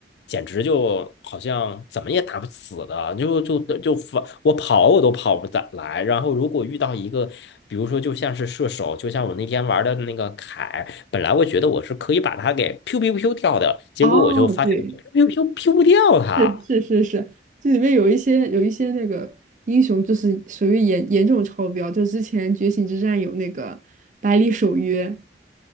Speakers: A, on the left (about 75°); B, on the right (about 45°).
A: 简直就好像怎么也打不死的，就就就反我跑我都跑不咋来，然后如果遇到一个，比如说就像是射手，就像我那天玩的那个凯，本来我觉得我是可以把他给 pew pew pew 掉的，结果我就发现我
B: 哦，对，
A: pew pew pew p e 不掉他，
B: 是是是是，这里面有一些有一些那个英雄就是属于严严重超标，就之前觉醒之战有那个百里守约。